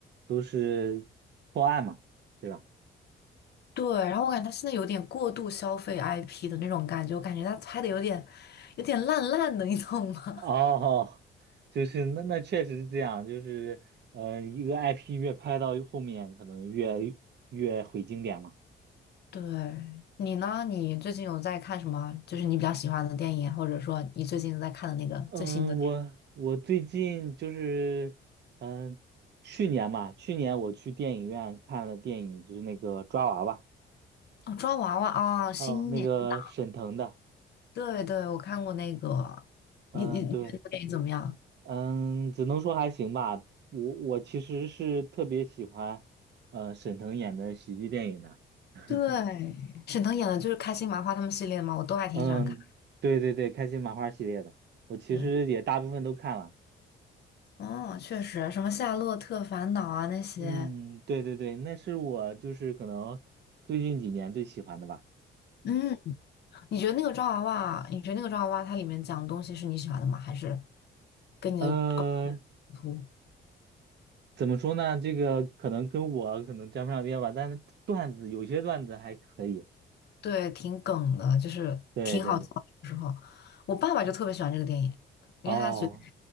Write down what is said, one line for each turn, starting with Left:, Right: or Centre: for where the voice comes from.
Right: 都是破案嘛，对吧？
Left: 对，然后我感觉他现在有点过度消费 IP 的那种感觉，我感觉他拍的有点有点烂烂的，你懂吗？
Right: 哦，就是那那确实是这样，就是呃，一个 IP 越拍到后面，可能越越毁经典嘛。
Left: 对，你呢？你最近有在看什么？就是你比较喜欢的电影，或者说你最近在看的那个最新的电
Right: 嗯，我我最近就是嗯，去年嘛，去年我去电影院看了电影，就是那个抓娃娃，
Left: 影哦，抓娃娃啊，新年档。
Right: 哦，那个沈腾的，
Left: 对对，我看过那个，
Right: 嗯，
Left: 你你你觉得这个电影怎么样？
Right: 对，嗯，只能说还行吧。我我其实是特别喜欢呃沈腾演的喜剧电影的。<laughs>
Left: 对，沈腾演的就是开心麻花他们系列嘛，我都还挺喜欢看。
Right: 嗯，对对对，开心麻花系列的，我其实也大部分都看了。
Left: 对，哦，确实，什么《夏洛特烦恼》啊那些，
Right: 嗯，对对对，那是我就是可能最近几年最喜欢的吧。
Left: 嗯，你觉得那个抓娃娃，你觉得那个抓娃娃它里面讲的东西是你喜欢的吗？还是跟你的观点冲突？
Right: 呃，怎么说呢？这个可能跟我可能沾不上边吧，但是段子有些段子还可以。
Left: 对，挺梗的，就是挺好笑的。
Right: 对对对，
Left: 有时候，我爸爸就特别喜欢这个电影，因为他觉得，
Right: 哦